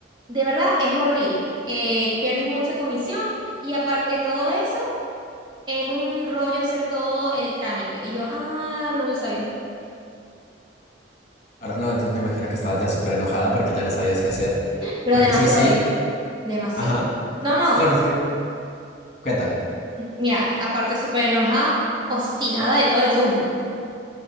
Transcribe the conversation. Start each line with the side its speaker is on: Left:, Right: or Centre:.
Right: de verdad, es horrible. Eh, pierdes mucha comisión y aparte de todo eso, es un rollo hacer todo el trámite. Y yo, ah, no lo sabía.
Left: Ahora, no, entonces me imagino que estabas ya súper enojada porque ya no sabías qué hacer.
Right: Pero
Left: Porque
Right: demasiado,
Left: sí o sí,
Right: eh, demasiado.
Left: ajá,
Right: No, no,
Left: claro, es que, cuéntame.
Right: mira, aparte súper enojada, obstinada de todo el asunto.